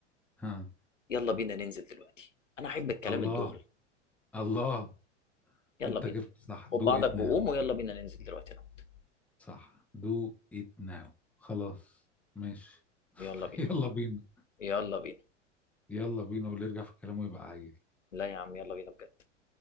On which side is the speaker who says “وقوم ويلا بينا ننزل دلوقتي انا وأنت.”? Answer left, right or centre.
Left